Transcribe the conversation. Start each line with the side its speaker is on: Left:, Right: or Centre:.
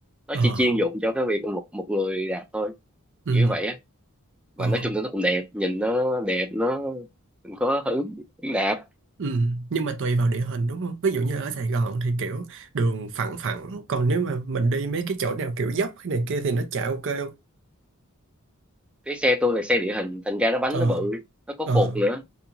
Centre: nó
Right: ờ
Centre: chỉ chuyên dụng cho cái việc một một người đạp thôi
Right: ừ
Centre: kiểu vậy á và
Right: ờ
Centre: nói chung thì nó cũng đẹp nhìn nó đẹp nó mình có hứng hứng đạp
Right: ừ nhưng mà tùy vào địa hình đúng không ví dụ như ở Sài Gòn thì kiểu đường phẳng phẳng còn nếu mà mình đi mấy cái chỗ nào kiểu dốc hay này kia thì nó chạy ok không
Centre: cái xe tôi là xe địa hình thành ra nó bánh
Right: ờ
Centre: nó bự nó có
Right: ờ
Centre: phột nữa